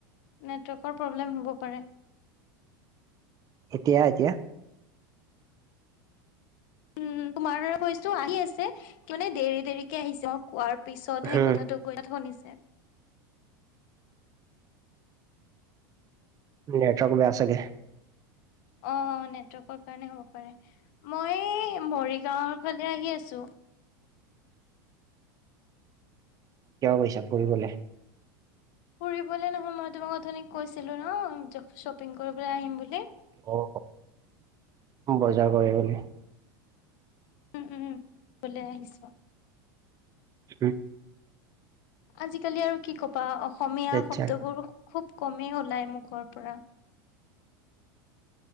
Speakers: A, on the left; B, on the right.
A: নেটৱৰ্কৰ প্ৰব্লেম হ'ব পাৰে
B: এতিয়া এতিয়া
A: উম তোমাৰ ভইছটো আহি আছে কি মানে দেৰি দেৰিকে আহিছে মই কোৱাৰ পিছতহে
B: হম,
A: কথাটো কাত শুনিছে
B: নেটৱৰ্ক বেয়া চাগে
A: অ নেটৱৰ্কৰ কাৰণে হ'ব পাৰে মই মৰিগাঁৱৰ ফালে আহি আছো
B: কিয় গৈছা ফুৰিবলে?
A: ফুৰিবলে নহয় মই তোমাক কথা কৈছিলো ন শ্বপিং কৰিবলৈ আহিম বুলি
B: অ বজাৰ কৰিবলে।
A: উম উম উলাই আহিছো।
B: <unintelligible>
A: আজিকালি আৰু কি ক'বা অসমীয়া
B: আচ্ছা
A: শব্দবোৰ খুব কমেই ওলাই মুখৰ পৰা